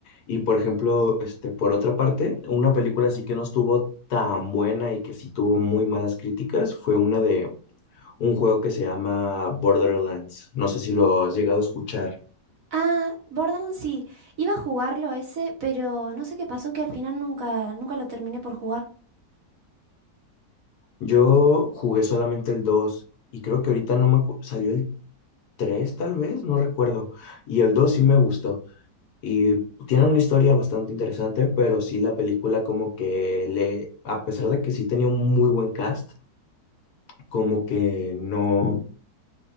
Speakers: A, on the left; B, on the right.
A: Y por ejemplo, este, por otra parte, una película así que no estuvo tan buena y que sí tuvo muy malas críticas fue una de un juego que se llama Borderlands. No sé si lo has llegado a escuchar.
B: Ah, Borderlands sí, iba a jugarlo a ese, pero no sé qué pasó que al final nunca, nunca lo terminé por jugar.
A: Yo jugué solamente el 2 y creo que ahorita no me acu- salió el 3 tal vez, no recuerdo. Y el 2 sí me gustó y tiene una historia bastante interesante, pero sí la película como que le, a pesar de que sí tenía un muy buen cast, como que no,